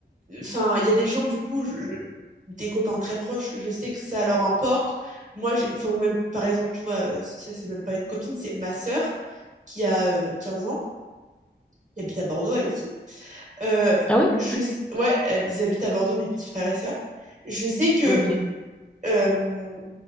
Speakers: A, on the right; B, in the centre.
A: Enfin, il y a des gens, du coup, je- je- des copains très proches, je sais que ça leur importe. Moi, j'ai, enfin, ou même, par exemple, tu vois, euh, ça, c'est même pas une copine, c'est ma sœur qui a euh, 15 ans. qui habite à Bordeaux, elle aussi. Euh,
B: Ah oui?
A: je... Ouais, ils habitent à Bordeaux, mes petits frères et sœurs. Je sais que
B: Ok.
A: euh,